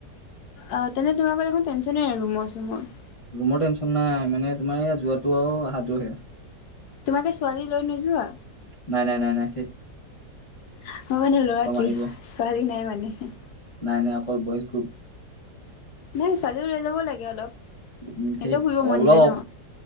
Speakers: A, on the left; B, on the left.
A: অ তেনে তোমাৰ মানে এখন টেনচনেই নাই আৰু ৰুমৰ-চোমৰ
B: ৰুমৰ টেনচন নাই মানে তোমাৰ ইয়াত যোৱাটো আৰু আহাটোহে।
A: তোমালোকে ছোৱালী লৈ নোযোৱা?
B: নাই নাই নাই নাই থেৎ।
A: আহ্ অ মানে ল'ৰা
B: মাৰিব
A: ট্ৰিপ ছোৱালী নাই মানে হে এহ
B: নাই নাই অকল বইচ গ্ৰুপ।
A: নাই ছোৱালীও লৈ যাব লাগে অলপ।
B: উম
A: সিহঁতৰ
B: ধেত
A: ফুৰিব
B: অলপ
A: মন যায় ন